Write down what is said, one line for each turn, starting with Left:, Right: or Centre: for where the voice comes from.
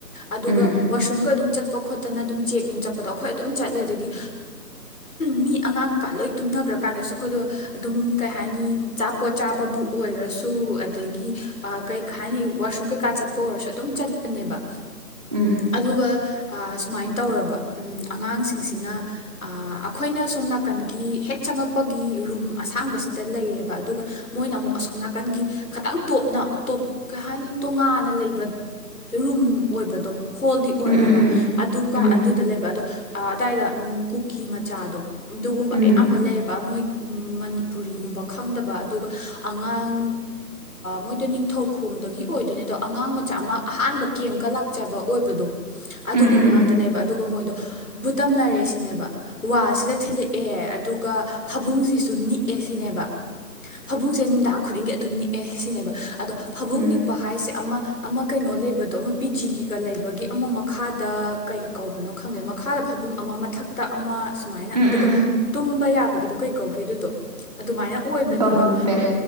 Left: ꯑꯗꯨꯒ
Right: ꯎꯝ
Left: ꯋꯥꯁꯔꯨꯝꯒ ꯑꯗꯨꯝ ꯆꯠꯄ ꯈꯣꯠꯇꯅ ꯑꯗꯨꯝ ꯆꯦꯛ ꯅꯨꯡ ꯆꯠꯄꯗꯣ ꯑꯩꯈꯣꯏ ꯑꯗꯨꯝ ꯆꯠꯂꯦ ꯑꯗꯒꯤ ꯃꯤ ꯑꯉꯥꯡ ꯀꯩꯀꯥ ꯂꯣꯏ ꯇꯨꯝꯅꯈ꯭ꯔꯀꯥꯟꯗꯁꯨ ꯑꯩꯈꯣꯏꯗꯣ ꯑꯗꯨꯝ ꯀꯩ ꯍꯥꯏꯅꯤ ꯆꯥꯄꯣꯠ ꯆꯥꯕꯕꯨ ꯑꯣꯏꯔꯁꯨ ꯑꯗꯒꯤ ꯀꯩꯩ ꯍꯥꯏꯅꯤ ꯋꯥꯁꯔꯨꯝ ꯀꯩꯀꯥ ꯆꯠꯄ ꯑꯣꯏꯔꯁꯨ ꯑꯗꯨꯝ ꯆꯠꯄꯅꯦꯕ
Right: ꯎꯝ
Left: ꯑꯗꯨꯒ ꯁꯨꯃꯥꯏꯅ ꯇꯧꯔꯕ ꯑꯉꯥꯡꯁꯤꯡꯁꯤꯅ ꯑꯩꯈꯣꯏꯅ ꯑꯥ ꯑꯁꯣꯝ ꯅꯥꯀꯟꯒꯤ ꯍꯦꯛ ꯆꯪꯉꯛꯄꯒꯤ ꯔꯨꯝ ꯑꯁꯥꯡꯕꯁꯤꯗ ꯂꯩꯔꯦꯕ ꯑꯗꯨꯒ ꯃꯣꯏꯅ ꯑꯃꯨꯛ ꯑꯁꯣꯝ ꯅꯥꯀꯟꯒꯤ ꯈꯤꯇꯪ ꯇꯣꯞꯅ ꯇꯣꯞ ꯀꯩ ꯍꯥꯏꯅꯤ ꯇꯣꯉꯥꯟꯅ ꯂꯩꯕ ꯔꯨꯝ ꯑꯣꯏꯕꯗꯣ ꯍꯣꯜꯗꯤ ꯑꯣꯏꯔꯒ
Right: ꯎꯝ ꯎꯝ ꯎꯝ
Left: ꯑꯗꯨ
Right: ꯎꯝ
Left: ꯑꯗꯨꯗ ꯂꯩꯕ ꯑꯗꯣ ꯑꯗꯥꯏꯗ ꯀꯨꯀꯤ ꯃꯆꯥꯗꯣ ꯑꯗꯨꯒꯨꯝꯕ
Right: ꯎꯝ
Left: ꯑꯌꯥꯝꯕ ꯂꯩꯌꯦꯕ ꯃꯣꯏꯒꯤ ꯃꯅꯤꯄꯨꯔꯤꯒꯨꯝꯕ ꯈꯪꯗꯕ ꯑꯗꯨꯒ ꯑꯉꯥꯡ ꯃꯣꯏꯗꯣ ꯅꯤꯡꯊꯧꯈꯣꯡꯗꯒꯤ ꯑꯣꯏꯗꯣꯏꯅꯦ ꯑꯗꯣ ꯑꯉꯥꯡ ꯃꯆꯥ ꯑꯃ ꯑꯍꯥꯟꯕ ꯀꯦꯝꯀ ꯂꯥꯛꯆꯕ ꯑꯣꯏꯕꯗꯣ ꯑꯗꯨꯒꯨꯝꯕ
Right: ꯎꯝ ꯎꯝ ꯎꯝ ꯎꯝ
Left: ꯉꯥꯛꯇꯅꯦꯕ ꯑꯗꯨꯒ ꯃꯣꯏꯗꯣ ꯕꯨꯠ ꯇꯝꯅꯔꯦ ꯁꯤꯅꯦꯕ ꯋꯥꯁꯤꯗ ꯊꯤꯜꯂꯛꯑꯦ ꯑꯗꯨꯒ ꯐꯕꯨꯡꯁꯤꯁꯨ ꯅꯤꯛꯑꯦ ꯁꯤꯅꯦꯕ ꯐꯕꯨꯡꯁꯦ ꯅꯨꯡꯗꯥꯡ ꯈꯨꯗꯤꯡꯒꯤ ꯑꯗꯨꯝ ꯅꯤꯛꯑꯦ ꯁꯤꯅꯦꯕ ꯑꯗꯣ ꯐꯕꯨꯡ
Right: ꯎꯝ ꯎꯝ
Left: ꯅꯤꯛꯄ ꯍꯥꯏꯁꯦ ꯑꯃ ꯑꯃ ꯀꯩꯅꯣ ꯂꯩꯕꯗꯣ ꯑꯃ ꯄꯤ ꯖꯤꯒꯤ ꯑꯗꯨꯒ ꯂꯩꯕꯒꯤ ꯑꯃ ꯃꯈꯥꯗ ꯀꯩ ꯀꯧꯕꯅꯣ ꯈꯪꯗꯦ ꯃꯈꯥꯗ ꯐꯕꯨꯡ ꯑꯃ ꯃꯊꯛꯇ ꯑꯃ ꯁꯨꯃꯥꯏꯅ
Right: ꯎꯝ
Left: ꯑꯗꯨꯒ
Right: ꯎꯝ
Left: ꯇꯨꯝꯕ ꯌꯥꯕꯒꯤꯗꯣ ꯀꯩ ꯀꯧꯒꯦ ꯑꯗꯨꯗꯣ ꯑꯗꯨꯃꯥꯏꯅ ꯑꯣꯏꯕꯅꯦꯕ
Right: ꯕꯪ ꯕꯦꯠ